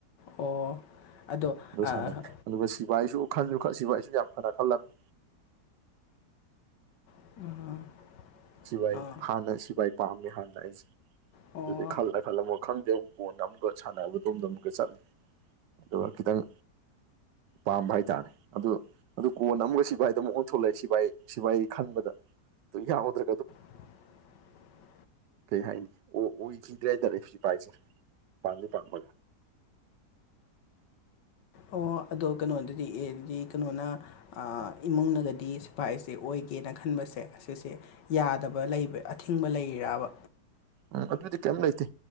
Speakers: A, on the left; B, on the right.
A: ꯑꯣ ꯑꯗꯣ ꯑꯥ
B: ꯁꯥꯟꯅꯩ ꯑꯗꯨꯒ ꯁꯤꯕꯥꯏꯁꯨ ꯈꯟꯁꯨ ꯈꯟ ꯁꯤꯕꯥꯏꯁꯨ ꯌꯥꯝ ꯐꯅ ꯈꯜꯂꯝꯃꯤ
A: <unintelligible>
B: ꯁꯤꯚꯥꯏ
A: ꯑꯥ
B: ꯍꯥꯟꯅ ꯁꯤꯚꯥꯏ ꯄꯥꯝꯃꯦ ꯍꯥꯟꯅ ꯑꯩꯁꯦ
A: ꯑꯣ
B: ꯑꯗꯨꯗꯤ ꯈꯜꯂ ꯈꯜꯂ ꯑꯃꯨꯛ ꯈꯪꯗꯦ ꯀꯣꯟꯅ ꯑꯃꯨꯛꯀ ꯁꯥꯟꯅꯕꯗꯣꯝꯗ ꯑꯃꯨꯛꯀ ꯆꯠꯂꯤ ꯑꯗꯨꯒ ꯈꯤꯇꯪ ꯄꯥꯝꯕ ꯍꯥꯏꯇꯥꯔꯦ ꯑꯗꯨ ꯑꯗꯨ ꯀꯣꯟꯅ ꯑꯃꯒ ꯁꯤꯚꯥꯏꯗ ꯑꯃꯨꯛ ꯊꯣꯛꯂꯛꯑꯦ ꯁꯤꯚꯥꯏ ꯁꯤꯚꯥꯏ ꯈꯟꯕꯗ ꯑꯗꯨ ꯌꯥꯎꯗ꯭ꯔꯦ
A: <unintelligible>
B: ꯀꯩ ꯍꯥꯏꯅꯤ ꯑꯣ ꯑꯣꯏꯈꯤꯗ꯭ꯔꯦ ꯍꯥꯏꯇꯥꯔꯦ ꯁꯤꯐꯥꯏꯁꯦ ꯄꯥꯝꯗꯤ ꯄꯥꯝꯃꯒ
A: ꯑꯣ ꯑꯗꯣ ꯀꯩꯅꯣꯗꯗꯤ ꯑꯦꯗꯨꯗꯤ ꯀꯩꯅꯣꯅ ꯑꯥ ꯏꯃꯨꯡꯅꯒꯗꯤ ꯁꯤꯐꯥꯏꯁꯦ ꯑꯣꯏꯒꯦꯅ ꯈꯟꯕꯁꯦ ꯑꯁꯤꯁꯦ ꯌꯥꯗꯕ ꯂꯩꯕꯩ ꯑꯊꯤꯡꯕ ꯂꯩꯔꯤꯔꯕ?
B: ꯎꯝ ꯑꯗꯨꯗꯤ ꯀꯩꯝ ꯂꯩꯇꯦ